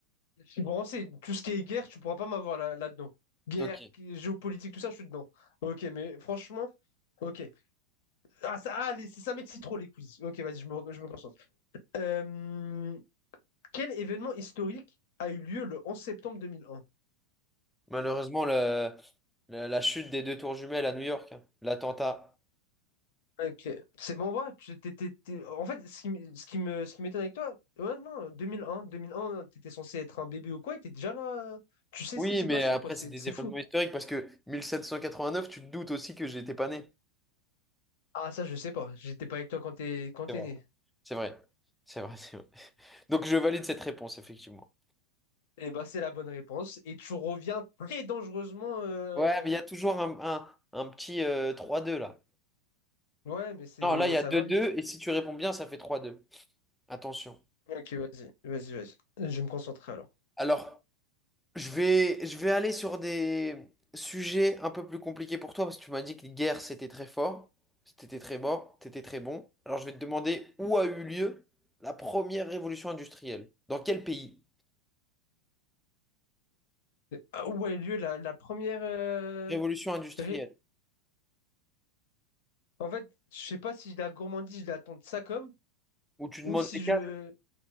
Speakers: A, on the left; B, in the centre.
A: Je suis branché. Tout ce qui est guerre, tu pourras pas m'avoir là, là-dedans. Guerre,
B: Ok.
A: qui- géopolitique, tout ça, je suis dedans. Ok, mais franchement, ok. Ah, ça, ah, les- ça m'excite trop les quiz. Ok, vas-y, je me, je me concentre. Euh, quel événement historique a eu lieu le 11 septembre 2001?
B: Malheureusement, le- la, la chute des deux tours jumelles à New York, hein, l'attentat.
A: Ok, c'est bon, ouais, tu- t'es- t'es- t'es- en fait, ce qui, m- ce qui me, ce qui m'étonne avec toi, ouais, non, deux deux mille un deux mille un t'étais censé être un bébé ou quoi, et t'es déjà là, tu sais
B: Oui,
A: ce qui s'est
B: mais
A: passé,
B: après,
A: quoi, c'est
B: c'est des
A: c'est
B: événements
A: fou.
B: historiques parce que 1789, tu te doutes aussi que j'étais pas né.
A: Ah, ça, je sais pas, j'étais pas avec toi quand t'es quand
B: C'est
A: t'es
B: vrai.
A: né.
B: C'est vrai. C'est vrai, c'est vrai. Donc, je valide cette réponse, effectivement.
A: Eh bah, c'est la bonne réponse, et tu reviens très dangereusement, euh,
B: Ouais, mais il y a toujours un, un- un petit euh, 3-2 là.
A: ouais, mais c'est
B: Non, là, il y
A: ça
B: a deux
A: va
B: deux
A: vite.
B: et si tu réponds bien, ça fait trois deux. Attention.
A: Ok, vas-y, vas-y, vas-y, je vais me concentrer alors.
B: Alors, je vais, je vais aller sur des sujets un peu plus compliqués pour toi parce que tu m'as dit que guerre, c'était très fort, c'était très fort, c'était très bon. Alors, je vais te demander où a eu lieu la première révolution industrielle. Dans quel pays?
A: Ah où a eu lieu la, la première. euh,
B: Révolution industrielle,
A: ré- En fait, je sais pas si la gourmandise, je l'attends de ça comme,
B: où tu
A: ou
B: demandes
A: si
B: les quatre.
A: je.